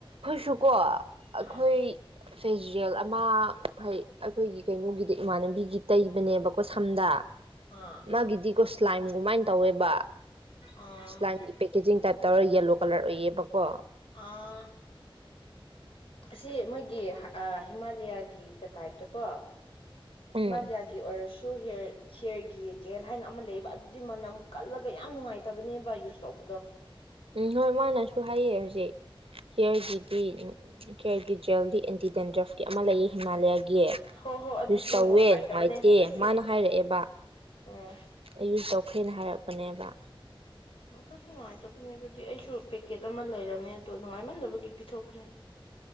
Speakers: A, on the right (about 75°); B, on the left (about 70°).
A: ꯁꯨꯀꯣ ꯑꯩꯈꯣꯏ
B: ꯑꯥ
A: ꯐꯦꯖꯋꯦꯜ ꯑꯃ ꯍꯥꯏ ꯑꯩꯈꯣꯏꯒꯤ ꯀꯩꯅꯣꯒꯤꯗꯤ ꯏꯃꯥꯟꯅꯕꯤꯒꯤ ꯇꯩꯕꯅꯦꯕꯀꯣ ꯁꯝꯗꯥ
B: ꯑꯥ
A: ꯃꯥꯒꯤꯗꯤ ꯀꯣꯁ ꯁ꯭ꯂꯥꯏꯝ ꯒꯨꯃꯥꯢ ꯇꯧꯋꯦꯕ
B: ꯑꯥ
A: ꯁ꯭ꯂꯥꯏꯝꯒꯤ ꯄꯦꯀꯦꯖꯤꯡ ꯇꯥꯏꯞ ꯇꯧꯔ ꯌꯦꯜꯂꯣ ꯀꯂꯔ ꯑꯣꯏꯌꯦꯕꯀꯣ
B: ꯑꯥ ꯑꯁꯤ ꯃꯣꯏꯒꯤ ꯍꯤꯃꯥꯂꯌꯥꯒꯤ ꯀ ꯇꯥꯏꯞꯇꯀꯣ
A: ꯎꯝ
B: ꯍꯤꯃꯥꯂꯌꯥꯒꯤ ꯑꯣꯏꯔꯁꯨ ꯁꯨ ꯍꯤꯌꯔ ꯍꯦꯌꯔꯒꯤ ꯖꯦꯜ ꯍꯥꯏꯅ ꯑꯃ ꯂꯩꯑꯕ ꯑꯗꯨꯗꯤ ꯃꯅꯝ ꯀꯜꯂꯒ ꯌꯥꯝ ꯅꯨꯡꯉꯥꯏꯇꯕꯅꯦꯕ ꯌꯨꯁ ꯇꯧꯕꯗꯣ
A: ꯎꯝ ꯍꯣꯏ ꯃꯥꯅꯁꯨ ꯍꯥꯏꯑ ꯍꯧꯖꯤꯛ ꯍꯤꯌꯔꯒꯤꯗꯤ ꯍꯦꯌꯔꯒꯤ ꯖꯦꯜꯗꯤ ꯑꯦꯟꯇꯤꯗꯦꯟꯗ꯭ꯔꯐꯀꯤ ꯑꯃ ꯂꯩꯌꯦ ꯍꯤꯃꯥꯂꯌꯥꯒꯤ
B: ꯍꯣꯏ ꯍꯣꯏ ꯑꯗꯨꯗꯣ
A: ꯌꯨꯁ ꯇꯧꯋꯦ
B: ꯅꯨꯡꯉꯥꯏꯇꯕꯅꯦ
A: ꯅꯨꯡꯉꯥꯏꯇꯦ
B: ꯀꯔꯤꯁꯨ
A: ꯃꯥꯅ ꯍꯥꯏꯔꯛꯑꯦꯕ
B: ꯎꯝ
A: ꯑꯩ ꯁꯨ ꯇꯧ ꯑꯩꯈꯣꯏꯅ ꯍꯥꯏꯔꯛꯄꯅꯦꯕ
B: ꯀꯩꯁꯨ ꯅꯨꯡꯉꯥꯏꯇꯕꯅꯦ ꯑꯗꯨꯗꯤ ꯑꯩꯁꯨ ꯄꯦꯀꯦꯠ ꯑꯃ ꯂꯩꯔꯝꯃꯦ ꯑꯗꯨ ꯅꯨꯡꯉꯥꯏꯃꯟꯗꯕꯒꯤ ꯄꯤꯊꯣꯛꯈ꯭ꯔꯦ